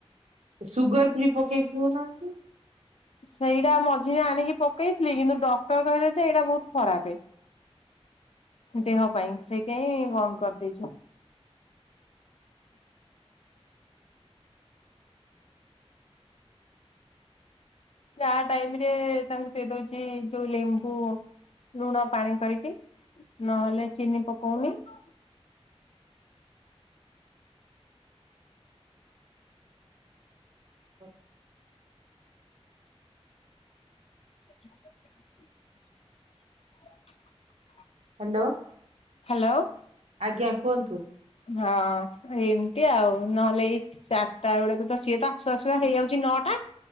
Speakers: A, on the right (about 80°); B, on the left (about 65°).
A: ସୁଗର ଫ୍ରି ପକେଇ ପିଉନାହାନ୍ତି।
B: ସେଇଟା ମଝିରେ ଆଣିକି ପକେଇଥିଲି କିନ୍ତୁ ଡକ୍ଟର କହିଲେ ଯେ ଏଇଟା ବହୁତ ଖରାପେ। ଦେହ ପାଇଁ ସେଇଥିଆଇଁ ବନ୍ଦ କରିଦେଇଚି। ଚା ଟାଇମ ରେ ତାଙ୍କୁ ଦେଇ ଦଉଚି ଯୋଉ ଲେମ୍ବୁ ଲୁଣ ପାଣି କରିକି। ନହେଲେ ଚିନି ପକଉନି ‌।
A: <unintelligible>
B: <inaudible>
A: ହାଲୋ।
B: ହାଲୋ
A: ଆଜ୍ଞା କୁହନ୍ତୁ।
B: ହଁ ଏମତି ଆଉ ନହଲେ ଏଇ ‌। ଚାରଟା ବେଳକୁ ତ ସିଏ ତ ଆସୁ ଆସୁକା ହେଇଯାଉଚି ନଅଟା।